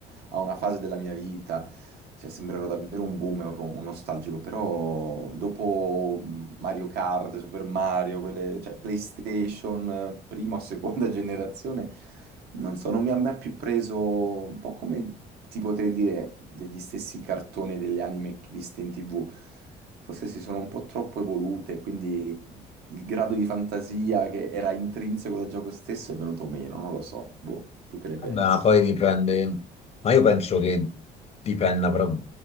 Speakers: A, on the right (about 75°); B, on the left (about 40°).
A: a una fase della mia vita. Cioè, sembrerò davvero un boomer, un un nostalgico, però dopo mm, Mario Kart, Super Mario, quelle, cioè PlayStation, eh, prima o seconda <laughs> generazione, non so, non mi ha mai più preso, un po' come ti potrei dire degli stessi cartoni e delle anime che viste in TV. Forse si sono un po' troppo evolute, quindi il grado di fantasia che era intrinseco del gioco stesso è venuto meno, non lo so. Boh, tu che ne pensi?
B: ma poi dipende. Ma io penso che dipenda, però